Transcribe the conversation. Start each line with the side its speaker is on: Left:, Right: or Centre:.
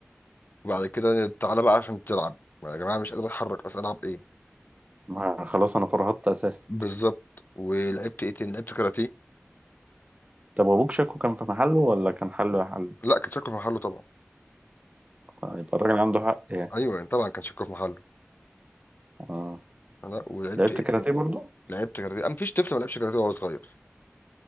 Left: وبعد كده تعالى بقى عشان تلعب يا جماعه مش قادر اتحرك اصل العب ايه
Right: ما- خلاص انا فرهدت اساسا
Left: بالظبط ولعبت ايه تاني لعبت كاراتيه
Right: طب وابوك شكو كان في محله ولا كان حله يا حل
Left: لا كان شكله في محله طبعا
Right: آه، يبقى الراجل عنده حق يعني
Left: ايوه يعني طبعا كان شكله في محله
Right: اه
Left: انا ولعبت
Right: لعبت
Left: ايه
Right: كاراتيه
Left: تاني
Right: برضو
Left: لعبت كاراتيه أنا مفيش طفل ما لعبش كاراتيه وهو صغير